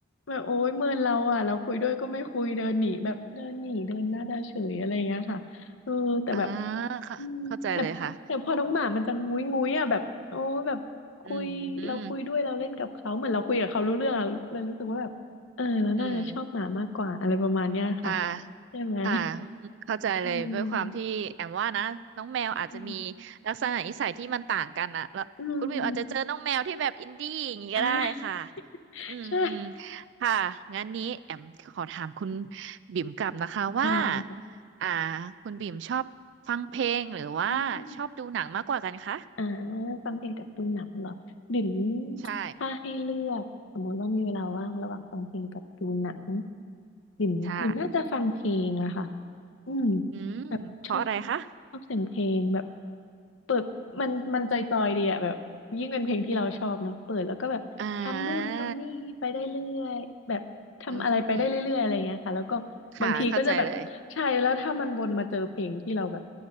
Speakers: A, on the left; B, on the right.
A: แบบโอ้ยเมินเราอ่ะเราคุยด้วยก็ไม่คุยเดินหนีแบบเดินหนีเดินหน้าตาเฉยอะไรอย่างเงี้ยค่ะเออแต่แบบ
B: อ่าค่ะเข้าใจเลยค่ะ
A: อืมแต่แต่พอน้องหมามันจะงุ้ยงุ้ยอ่ะแบบโอ้แบบคุยเราคุยด้วยเราเล่นกับเขาเหมือนเราคุยกับเขารู้เรื่องอะเลยรู้สึกว่าแบบเออเราน่าจะชอบหมามากกว่าอะไรประมาณเนี้ยค่ะ
B: อืมอืมอืมค่ะ
A: ใช่ไหม
B: ค่ะเข้าใจเลยด้วยความที่แอมว่านะน้องแมวอาจจะมี
A: เอออืม
B: ลักษณะนิสัยที่มันต่างกันอะแล้วคุณวิวอาจจะเจอน้องแมวที่แบบอินดี้อย่างนี้ก็ได้ค่ะ
A: อืมอ่ะ
B: อืมอืม
A: ใช่
B: ค่ะงั้นนี้แอมขอถามคุณบิ่มกลับนะคะว่า
A: ได้
B: อ่าคุณบิ่มชอบฟังเพลงหรือว่าชอบดูหนังมากกว่ากันคะ
A: อ่า อ่าฟังเพลงกับดูหนังเหรอบิ่ม
B: ใช่
A: ถ้าให้เลือกสมมติว่ามีเวลาว่างระหว่างฟังเพลงกับดูหนังบิ่มบิ่มน่าจะฟังเพลงอะค่ะ
B: ใช่
A: อืม
B: อืมเพราะอะไรคะ
A: แบบชอบชอบเสียงเพลงแบบเปิดมันมันจอยๆดีอะแบบยิ่งเป็นเพลงที่เราชอบเนาะเปิดแล้วก็แบบทำนู่นทำนี่ไปได้เรื่อยแบบทำอะไรไปได้เรื่อยๆอะไรเงี้ยค่ะแล้วก็บางทีก็จะแบบใช่แล้วถ้ามันวนมาเจอเพลงที่เราแบบ
B: อ่าอืมค่ะเข้าใจเลย